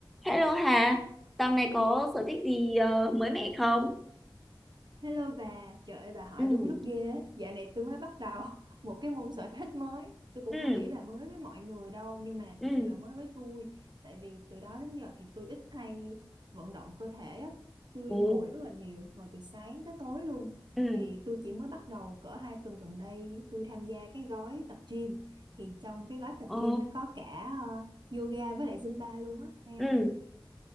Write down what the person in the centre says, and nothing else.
Hello Hà, dạo này có sở thích gì ờ, mới mẻ không?
Ừ,
ừ,
ừ,
ừ,
ừ,
ồ,
ừ,